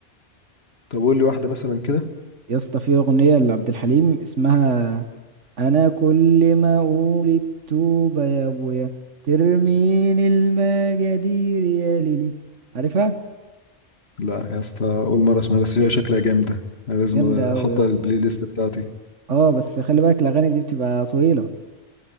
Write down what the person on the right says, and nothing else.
يا اسطى في اغنيه لعبد الحليم اسمها انا كل ما اقول التوبه يا ابويا ترميني المجادير يا ليلي عارفها
جامدة
أوي يا اسطى
اه بس خلي بالك الأغاني دي بتبقى طويلة